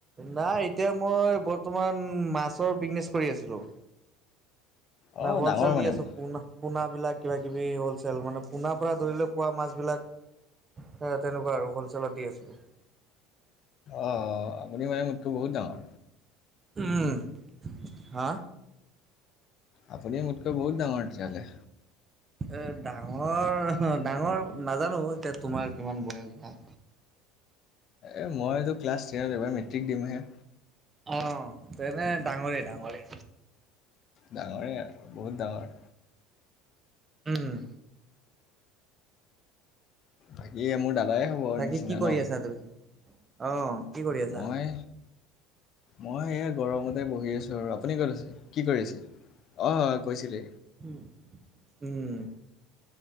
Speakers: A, on the right; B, on the left.
A: নাই এতিয়া মই বৰ্তমান মাছৰ বিজনেছ কৰি আছিলো।
B: অঁ
A: নাই হলচেল
B: ডাঙৰ
A: দি
B: মানে
A: আছো
B: মই
A: পোণা- পোনা বিলাক কিবা কিবি হলচেল মানে পোনাৰ পৰা ধৰিলে খোৱা মাছবিলাক হে তেনেকোৱা আৰু হলছেলত দি আছিলে
B: অ আপুনি মানে মোতকে বহুত ডাঙৰ।
A: উম হা
B: আপুনি মোতকৈ বহুত ডাঙৰ তেতিয়াহলে।
A: এ ডাঙৰ-ডাঙৰ নাজানো এতিয়া তোমাৰ কিমান বয়স বা?
B: এই মইতো ক্লাছ টেনত এবাৰ মেট্ৰিক দিমহে।
A: অ, তেনে ডাঙৰে - ডাঙৰে।
B: ডাঙৰেই আৰু বহুত ডাঙৰ।
A: উম,
B: বাকী মোৰ দাদাই হব
A: বাকী
B: নিচিনা
A: কি কৰি
B: ন।
A: আছা তুমি? অ, কি কৰি আছা?
B: মই মই এ গৰমতে বহি আছো আৰু আপুনি ক'ত আছে কি কৰিছে? অ, কৈছিলে
A: উম উম।